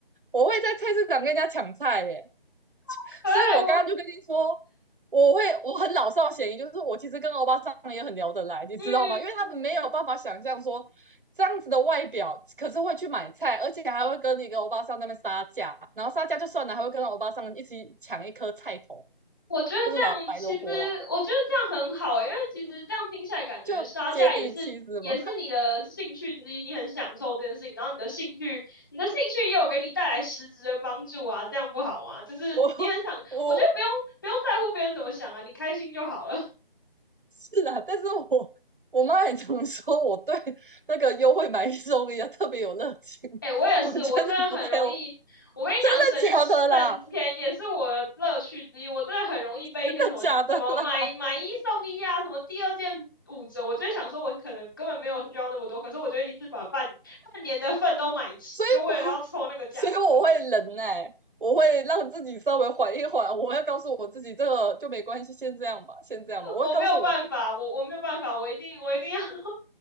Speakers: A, on the right (about 60°); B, on the left (about 20°).
A: 我会在菜市场跟人家抢菜耶、
B: 可爱，
A: 所以我刚刚就跟你说，
B: 我
A: 我会我很老少咸宜，就是我其实跟欧巴桑也很聊得来，你知道吗？
B: 嗯，
A: 因为他们没有办法想象说这样子的外表，可是会去买菜，而且还会跟一个欧巴桑那边杀价，然后杀价就算了，还会跟欧巴桑一起抢一颗菜头，
B: 我觉得这样其实，
A: 就是老白萝卜啦，
B: 我觉得这样很好诶、因为其实这样听起来感觉杀价也是也是你的兴趣之一，
A: 就接地气是吗？
B: 你很享受这件事情，然后你的兴趣你的兴趣也有给你带来实质的帮助啊，这样不好吗？就是你很想，
A: <laughs> 我我
B: 我觉得不用不用在乎别人怎么想啊，你开心就好了。
A: 是啦，但是我。我妈也常说我对那个优惠买一送一啊特别有热情，
B: 哎、我也是，
A: 我真的不太有
B: 我真的很容易。我跟你讲，
A: 真的假的啦。
B: 省省钱也是我的乐趣之一。我真的很容易被一些什么什么买买一送一啊，
A: <laughs> 假的啦，
B: 什么第二件五折，我就会想说，我可能根本没有需要那么多，可是我就会一次把半半年的份都买齐，
A: 所以我所以我会忍耐、
B: 就为了要凑那个价格
A: 欸我会让自己稍微缓一缓，我会告诉我自己这个就没关系，先这样吧，先这样吧，我会告诉我，
B: 我没有办法，我我没有办法，我一定我一定要 <laughs>